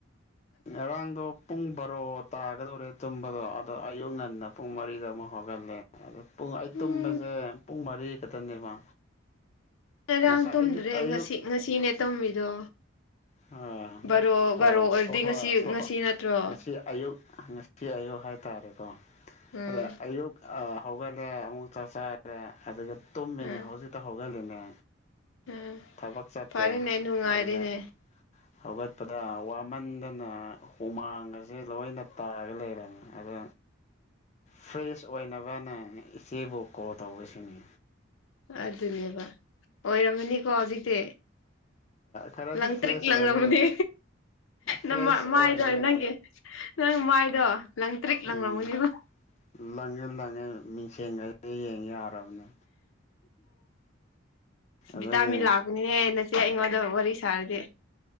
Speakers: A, on the left; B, on the left.
A: ꯑꯔꯥꯡꯗ ꯄꯨꯡ ꯕꯥꯔꯣ ꯔꯣ ꯇꯥꯒꯗꯧꯔꯦ ꯇꯨꯝꯕꯗꯣ ꯑꯗꯣ ꯑꯌꯨꯛ ꯉꯟꯅ ꯄꯨꯡ ꯃꯔꯤꯗ ꯑꯃꯨꯛ ꯍꯧꯒꯜꯂꯦ ꯑꯗꯨ ꯄꯨꯡ ꯑꯩ
B: ꯎꯝ
A: ꯇꯨꯝꯕꯁꯦ ꯄꯨꯡ ꯃꯔꯤ ꯈꯛꯇꯅꯦꯕ
B: ꯉꯔꯥꯡ
A: ꯉꯁꯥꯏ
B: ꯇꯨꯝꯗ꯭ꯔꯦ
A: ꯑꯌꯨꯛ ꯑꯌꯨꯛ
B: ꯉꯁꯤ ꯉꯁꯤꯅꯦ ꯇꯨꯝꯃꯤꯗꯣ
A: ꯑꯥ
B: ꯕꯥꯔꯣ
A: ꯑꯣ
B: ꯕꯥꯔꯣ ꯑꯣꯏꯔꯗꯤ
A: ꯑꯍꯣꯏ
B: ꯉꯁꯤ
A: ꯍꯣꯏ
B: ꯉꯁꯤ
A: ꯍꯣꯏ
B: ꯅꯠꯇ꯭ꯔꯣ
A: ꯉꯁꯤ ꯑꯌꯨꯛ ꯉꯁꯤ ꯑꯌꯨꯛ ꯍꯥꯏꯇꯥꯔꯦꯀꯣ
B: ꯎꯝ
A: ꯑꯗ ꯑꯌꯨꯛ ꯑ ꯍꯧꯒꯠꯂꯦ ꯑꯃꯨꯛ ꯆꯥꯛ ꯆꯔꯦ ꯑꯗꯨꯒ ꯇꯨꯝꯃꯤꯅꯦ
B: ꯎꯝ
A: ꯍꯧꯖꯤꯛꯇ ꯍꯧꯒꯠꯂꯤꯅꯦ
B: ꯎꯝ
A: ꯊꯕꯛ ꯆꯠꯇꯦ
B: ꯐꯔꯦꯅꯦ ꯅꯨꯡꯉꯥꯏꯔꯦꯅꯦ
A: ꯑꯗꯨꯒ ꯍꯧꯒꯠꯄꯗ ꯋꯥꯃꯟꯕꯅ ꯍꯨꯃꯥꯡꯒꯁꯦ ꯂꯣꯏꯅ ꯇꯥꯔꯒ ꯂꯩꯔꯝꯃꯦ ꯑꯗꯨ ꯐ꯭ꯔꯦꯁ ꯑꯣꯏꯅꯕꯅ ꯏꯆꯦꯕꯨ ꯀꯣꯜ ꯇꯧꯕꯁꯤꯅꯤ꯫
B: ꯑꯗꯨꯅꯦꯕ ꯑꯣꯏꯔꯝꯃꯅꯤꯀꯣ ꯍꯧꯖꯤꯛꯇꯤ꯫
A: ꯈꯔꯗꯤ
B: ꯂꯪꯇ꯭ꯔꯛ
A: ꯐ꯭ꯔꯦꯁ ꯑꯣꯏꯔꯦ
B: ꯂꯪꯉꯃꯅꯤ
A: ꯐ꯭ꯔꯦꯁ
B: ꯅꯃꯥ
A: ꯑꯣꯏꯔꯦ
B: ꯃꯥꯏꯗꯣ ꯅꯪꯒꯤ ꯅꯪ ꯃꯥꯏꯗꯣ ꯂꯪꯇ꯭ꯔꯤꯛ ꯂꯪ
A: ꯎꯝ
B: ꯂꯪꯉꯝꯃꯅꯤꯕ꯫
A: ꯂꯪꯉꯦ ꯂꯪꯉꯦ ꯃꯤꯡꯁꯦꯟꯒ ꯌꯦꯡ ꯌꯥꯔꯕꯅꯦ꯫ ꯑꯗꯒꯤ
B: ꯕꯤꯇꯥꯃꯤ ꯂꯥꯛꯄꯅꯤꯍꯦ ꯅꯆꯦ ꯑꯩꯉꯣꯟꯗ ꯋꯥꯔꯤ ꯁꯥꯔꯗꯤ꯫